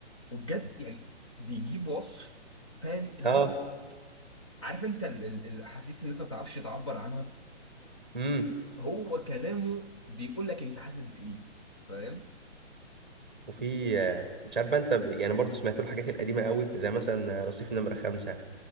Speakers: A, on the left (about 25°); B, in the centre.
A: وبجد يعني بيجيب وصف فاهم
B: <laughs>
A: اللي
B: اه
A: هو عارف انت ال- ال- الاحاسيس اللي انت ما تعرفش تعبر عنها
B: امم
A: هو كلامه بيقول لك انت حاسس بايه فاهم
B: وفي آه، مش عارف بقى انت ب- يعني برضو سمعت له الحاجات القديمه قوي زي مثلا رصيف نمره خمسة